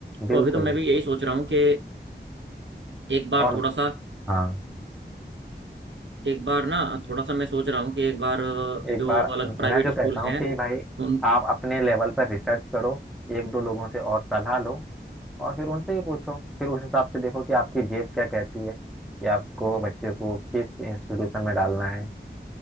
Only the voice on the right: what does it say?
तो
अभी तो मैं
भी यही सोच रहा हूँ कि <clears throat> एक बार
थोड़ा सा
एक बार ना थोड़ा सा मैं सोच रहा हूँ कि एक बार अ, जो
अलग
प्राइवेट
स्कूल
हैं
उन